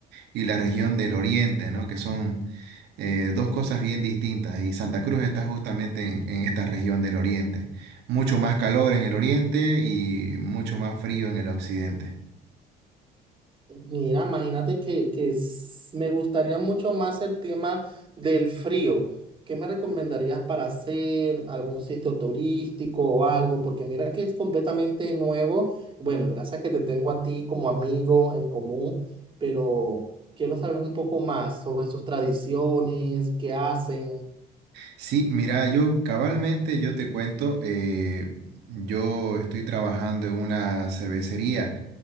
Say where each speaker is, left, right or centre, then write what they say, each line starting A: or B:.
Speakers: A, on the right; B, on the right.
A: y la región del Oriente, ¿no? Que son eh, dos cosas bien distintas y Santa Cruz está justamente en, en esta región del Oriente. Mucho más calor en el Oriente y mucho más frío en el Occidente.
B: Mira, imagínate que, que s- me gustaría mucho más el tema del frío. ¿Qué me recomendarías para hacer? ¿Algún sitio turístico o algo? Porque mira que es completamente nuevo. Bueno, gracias que te tengo a ti como amigo en común, pero quiero saber un poco más sobre sus tradiciones, qué hacen.
A: Sí, mira, yo cabalmente, yo te cuento, eh, yo estoy trabajando en una cervecería.